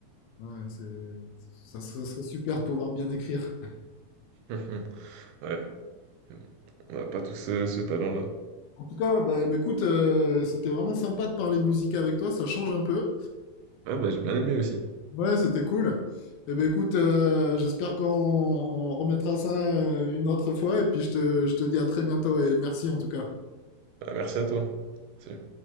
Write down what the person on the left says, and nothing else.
ouais, c'est, ça, ça serait super de pouvoir bien écrire.
En tout cas, bah, bah, écoute, euh, c'était vraiment sympa de parler musique avec toi, ça change un peu.
Ouais, c'était cool. Eh ben écoute, euh, j'espère qu'on on remettra ça euh, une autre fois et puis je te, je te dis à très bientôt et merci en tout cas.